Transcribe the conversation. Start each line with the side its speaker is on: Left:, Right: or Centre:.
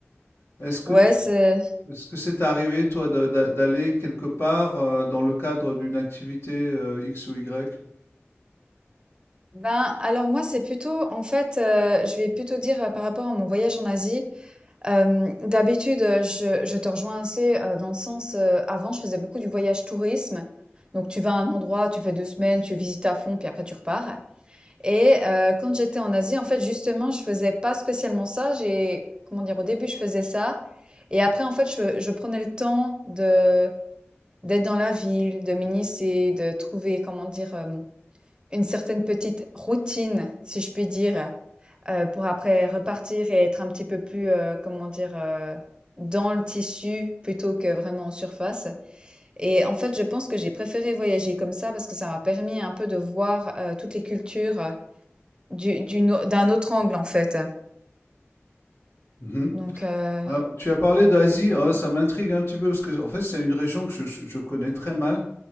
Left: Est-ce que
Right: Ouais,
Left: tu-
Right: c'est
Left: est-ce que c'est arrivé toi de- d'a- d'aller quelque part euh, dans le cadre d'une activité euh, X ou Y?
Right: ben, alors moi, c'est plutôt en fait, heu, je vais plutôt dire, heu, par rapport à mon voyage en Asie. Hem, d'habitude, heu, je je te rejoins assez, heu, dans le sens, heu, avant, je faisais beaucoup du voyage tourisme. Donc tu vas à un endroit, tu fais 2 semaines, tu visites à fond, puis après tu repars. Et heu, quand j'étais en Asie, en fait, justement, je faisais pas spécialement ça. J'ai comment dire? Au début, je faisais ça et après, en fait, je je prenais le temps de d'être dans la ville, de m'initier, de trouver, comment dire? Hem, une certaine petite routine, si je puis dire. Heu, pour après repartir et être un petit peu plus, heu, comment dire? Heu, dans le tissu plutôt que vraiment en surface et en fait, je pense que j'ai préféré voyager comme ça parce que ça m'a permis un peu de voir, heu, toutes les cultures, heu, du d'une au d'un autre angle, en fait.
Left: Mhm.
Right: Donc heu,
Left: Ah, tu as parlé d'Asie, ah, ça m'intrigue un petit peu parce que en fait c'est une région que je, je connais très mal.